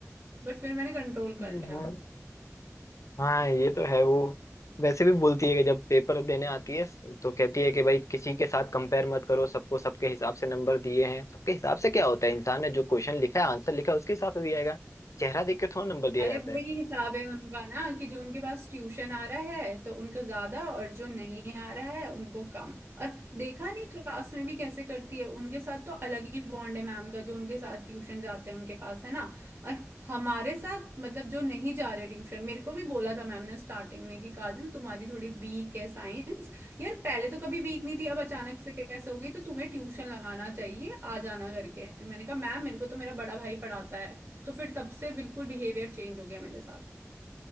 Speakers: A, on the right; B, on the left.
A: बट फिर मैंने कंट्रोल कर
B: हाँ,
A: लिया
B: हाँ, हाँ ये तो है वो वैसे भी बोलती है कि जब पेपर देने आती है तो कहती है कि भाई किसी के साथ कंपेयर मत करो सबको सबके हिसाब से नंबर दिए हैं सबके हिसाब से क्या होता है इंसान ने जो क्वेश्चन लिखा है आंसर लिखा है उसके हिसाब से दिया जाएगा चेहरा देख के थोड़ा नंबर दिया
A: अरे
B: जाता
A: वही
B: है
A: हिसाब है उनका ना कि जो उनके पास ट्यूशन आ रहा है तो उनको ज्यादा और जो नहीं आ रहा है उनको कम और देखा नहीं क्लास में भी कैसे करती है उनके साथ तो अलग ही बॉन्ड है मैम का जो उनके साथ ट्यूशन जाते हैं उनके पास है ना और हमारे साथ मतलब जो नहीं जा रहे ट्यूशन मेरे को भी बोला था मैम ने स्टार्टिंग में कि काजल तुम्हारी थोड़ी वीक है साइंस यार पहले तो कभी वीक नहीं थी अब अचानक से कैसे हो गई तो तुम्हें ट्यूशन लगाना चाहिए आ जाना करके मैंने कहा मैम मेरे को तो मेरा बड़ा भाई पढ़ाता है तो फिर तब से बिल्कुल बिहेवियर चेंज हो गया मेरे साथ